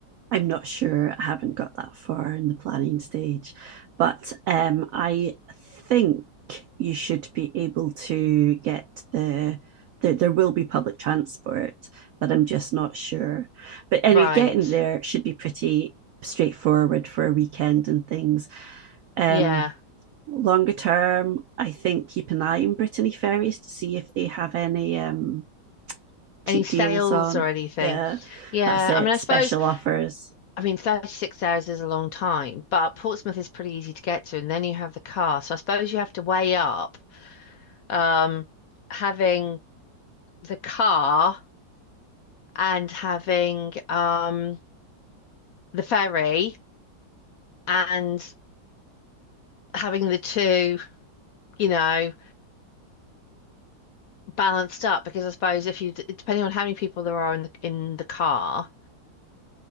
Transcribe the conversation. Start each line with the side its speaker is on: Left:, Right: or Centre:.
Right: I'm not sure. I haven't got that far in the planning stage, but um, I think you should be able to get the. There, there will be public transport, but I'm just not sure. But anyway,
Left: Right.
Right: getting there should be pretty straightforward for a weekend and things. Um,
Left: Yeah.
Right: Longer term, I think keep an eye on Brittany Ferries to see if they have any um, cheap
Left: Any sales
Right: deals on.
Left: or anything?
Right: Yeah,
Left: Yeah.
Right: that's it.
Left: I mean, I
Right: Special
Left: suppose,
Right: offers.
Left: I mean, 36 hours is a long time, but Portsmouth is pretty easy to get to. And then you have the car. So I suppose you have to weigh up um, having the car and having um, the ferry and having the two, you know, balanced up because I suppose if you, depending on how many people there are in the in the car,